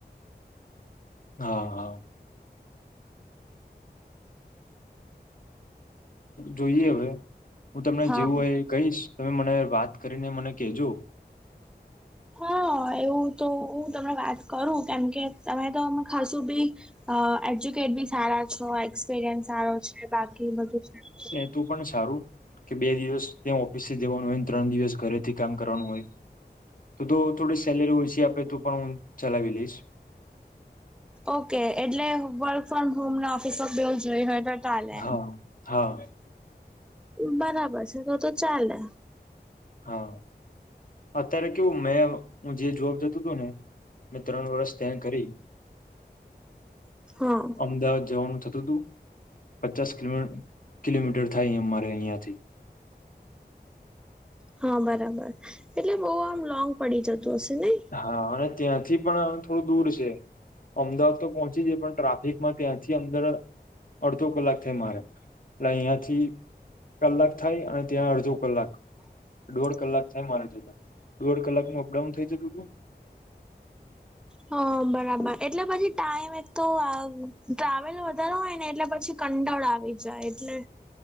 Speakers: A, on the left; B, in the centre.
A: હા હા. જોઈએ હવે હું તમને
B: હા
A: જેવું હોય એ કહીશ તમે મને વાત કરીને મને કહેજો.
B: હા એવું તો હું તમને વાત કરું કેમ કે તમે તો. ખાસું બી અ એજ્યુકેટ બી સારા. સો એક્સપિરિયન્સ સારો છે બાકી બધું સારું.
A: તું પણ સારું. કે બે દિવસ ત્યા ઓફિસ જવાનું હોય ને ત્રણ દિવસ ઘરેથી કામ કરવાનું હોય. તો તો થોડી સેલેરી ઓછી આપે તો પણ હું ચલાવી લઈશ.
B: ઓકે એટલે વલ્ડ. ફમ હોમ ના ઓફિસ માં બેવુ હોય તો ચાલે.
A: હા હા
B: બરાબર છે તો તો ચાલે.
A: હા અત્યારે કેવું મેં હું જે જોબ જતો. જતો ને મેં ત્રણ વર્ષ તે કરી.
B: હા
A: અમદાવાદ જવાનું થતું તું. પચાસ કિલો કિલોમીટર થાય અમારે અહીંયાથી.
B: હા બરાબર એટલે બહુ આમ લોંગ પડી જતું હશે ને.
A: હા અને ત્યાંથી પણ થોડું દૂર છે અમદાવાદ તો પહોંચી જાય પણ ટ્રાફિક માં ત્યાંથી અંદર અડધો કલાક થાય મારે એટલે અહિયાંથી કલાક થાય અને ત્યાં અડધો કલાક.
B: હ
A: દોઢ
B: <inaudible>
A: કલાક થાય મારે જતા દોઢ કલાક ન અપડાઉન થઈ જતું તું.
B: હ બરાબર એટલે પછી ટાઈમ એક તો અ ટ્રાવેલ વધારો હોય ને એટલે પછી. પછી કંટાળો આવી જાય એટલે.